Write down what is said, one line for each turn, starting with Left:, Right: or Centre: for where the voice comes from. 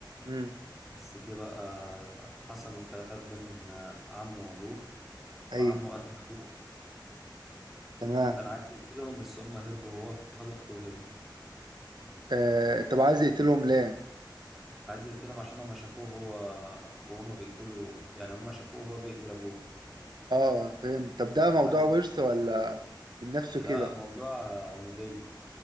Right: امم
Centre: بس جه بقى حصل خلافات بين عمه وابوه فعمه
Right: ايوه
Centre: قتل ابوه
Right: تمام
Centre: وكان عايز يقتلهم بس هم هربوا هو خد اخته وهربوا
Right: آه طب عايز يقتلهم ليه
Centre: عايز يقتلهم عشان هما شافوه هو وهما بيقتلوا يعني هما شافوه وهو بيقتل ابوه
Right: اه فهمت طب ده موضوع
Centre: عايز
Right: ورث ولا من نفسه
Centre: لا
Right: كده
Centre: موضوع عمودية